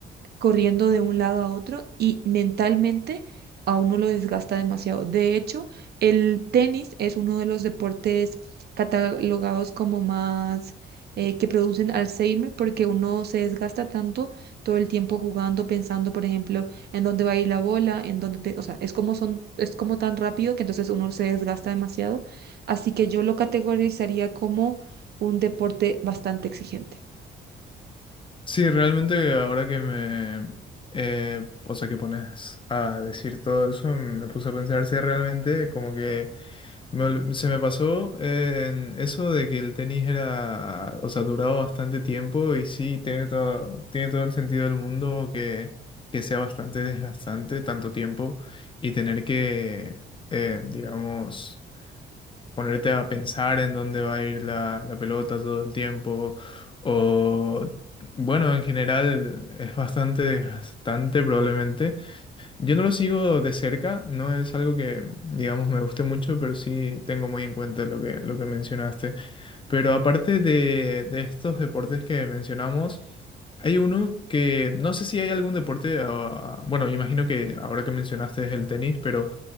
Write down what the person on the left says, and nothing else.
Sí, realmente ahora que me, eh, o sea, que pones a decir todo eso, me puse a pensar si realmente como que me ol- se me pasó eh, en eso de que el tenis era, o sea, duraba bastante tiempo y sí, tiene todo, tiene todo el sentido del mundo que, que sea bastante desgastante tanto tiempo y tener que, eh, digamos, ponerte a pensar en dónde va a ir la, la pelota todo el tiempo. O, bueno, en general es bastante desgastante probablemente. Yo no lo sigo de cerca, no es algo que, digamos, me guste mucho, pero sí tengo muy en cuenta lo que, lo que mencionaste. Pero aparte de, de estos deportes que mencionamos, hay uno que no sé si hay algún deporte, ah, bueno, imagino que ahora que mencionaste es el tenis, pero